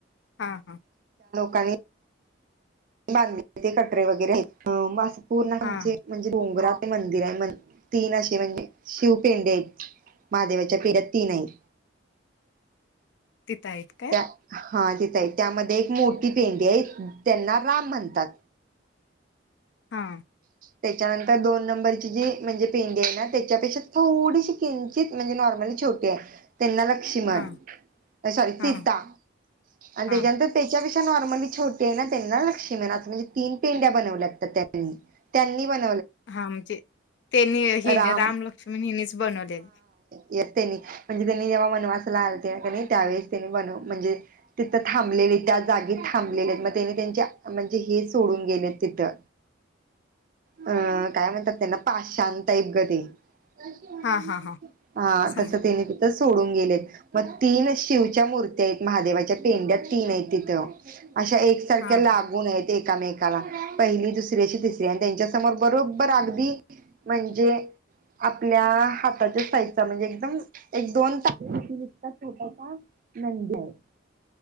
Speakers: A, on the left; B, on the right.
A: हा हा.
B: कानी बांधली होती कटरे वगैरे पूर्ण
A: हा
B: आमचे म्हणजे बोंगरा मंदिर आहे म तीन अशे म्हणजे शिव पेंडे आहेत, महादेवाच्या पेढ्यात तीन आहेत.
A: तिथं आहेत काय?
B: त्या हा तिथं आहे त्यामध्ये एक मोठी पेंडी आहे त्यांना राम म्हणतात.
A: हा.
B: त्याच्यानंतर दोन नंबरची जी म्हणजे पेंडी आहे ना त्याच्यापेक्षा थोडीशी किंचित म्हणजे नॉर्मली छोटी आहे. त्यांना लक्ष्मण
A: हा
B: सॉरी सीता
A: हा
B: आणि
A: हा
B: त्याच्यानंतर त्याच्यापे नॉर्मली छोटीय ना त्यांना <unintelligible> म्हणजे तीन पेंड्या बनवल्यात त्यांनी. त्यांनी <unintelligible>
A: हा म्हणजे, त्यांनी हि
B: राम
A: रामलक्ष्मी हिनीच बनवलेली.
B: य त्यांनी म्हणजे त्यांनी जेव्हा वनवास ला आलते त्यां त्यावेेळेस त्यांनी बनव म्हणजे तिथं थांबलेले त्या जागी थांबलेले मग त्यानी त्यांचे म्हणजे हे सोडून गेलेत तिथं. अं काय म्हणतात त्यांना पाषाण टाईप गधी. <unintelligible>
A: हा हा हा
B: हा
A: सम
B: तस तेनी ते, सोडून गेलेत, मग तीन शिवच्या मुर्त्यायत महादेवाच्या पेंड्या तीन आहेत तिथं. अशा एकसारख्या
A: हा
B: लागून आहेत. एकामेकाला पहिली दुसऱ्याशी, दुसरी आणि त्यांच्याच समोर बरोबर अगदी, म्हणजे आपल्या हाताच्या साइजचा म्हणजे एकदम एक- दोन <unintelligible> नंदि आहे.